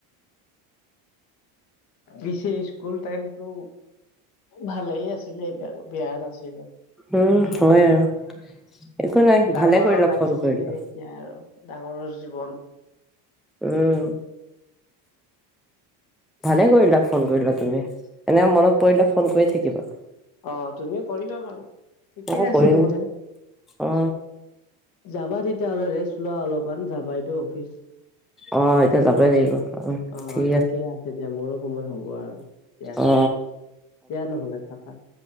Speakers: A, on the left; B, in the centre.
A: পিছে স্কুল টাইমটো ভালেই আছে ছিলে বেয়া নাছিলে।
B: উম হয় আৰু। একো নাই
A: ডাঙৰৰ
B: ভালে কৰিলো
A: লাইফটোহে
B: ফোন কৰিলো।
A: এতিয়া আৰু ডাঙৰৰ জীৱন
B: উম ভালে কৰিলা ফোন কৰিলা তুমি এনে মনত পৰিলে ফোন কৰি থাকিবা।
A: অ তুমিও কৰিবা বাৰু ঠিকেই
B: আকৌ
A: আছ
B: কৰিম
A: নহলে।
B: অ
A: যাবা তেতিয়াহ'লে ৰেষ্ট লোৱা অলপমান যাবাইটো অফিচ।
B: অ এতিয়া যাবই লাগিব উ
A: অ
B: ঠিক
A: ঠিকে আছে দিয়া মোৰো সময় হব আৰু দিয়া।
B: অ
A: দিয়া নহলে থাকা